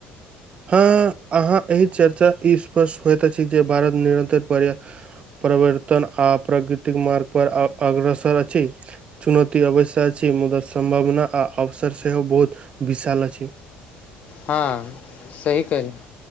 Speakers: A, on the right; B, on the left.
A: हँ अहाँ एहि चर्चा ई स्पर्ष्ट होइत अछि जे भारत निरन्तर पर्या परिवर्तन आ प्रकृतिक मार्ग पर अग्रसर अछि चुनौती अवश्य अछि मुदा सम्भावना आ अवसर सेहो बहुत विशाल अछि
B: हँ सही केहलहुँ